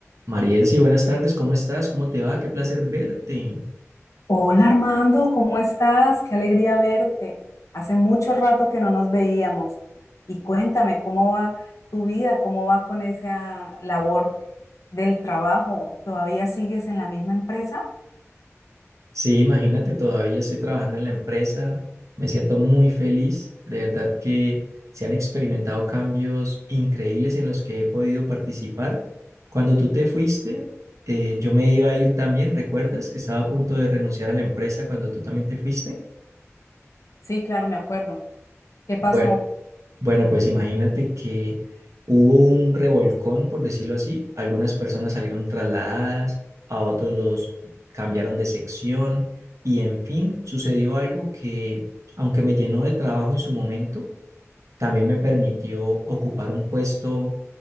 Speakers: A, on the right (about 75°); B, on the left (about 75°).
A: Mariesi, buenas tardes, ¿cómo estás? ¿Cómo te va? Qué placer verte.
B: Hola Armando, ¿cómo estás? Qué alegría verte. Hace mucho rato que no nos veíamos. Y cuéntame, ¿cómo va tu vida? ¿Cómo va con esa labor del trabajo? ¿Todavía sigues en la misma empresa?
A: Sí, imagínate, todavía estoy trabajando en la empresa, me siento muy feliz, de verdad que se han experimentado cambios increíbles en los que he podido participar. Cuando tú te fuiste, eh, yo me iba a ir también, ¿recuerdas que estaba a punto de renunciar a la empresa cuando tú también te fuiste?
B: Sí, claro, me acuerdo. ¿Qué pasó?
A: Bue- Bueno, pues imagínate que hubo un revolcón, por decirlo así. Algunas personas salieron trasladadas, a otros los cambiaron de sección y en fin, sucedió algo que, aunque me llenó de trabajo en su momento, también me permitió ocupar un puesto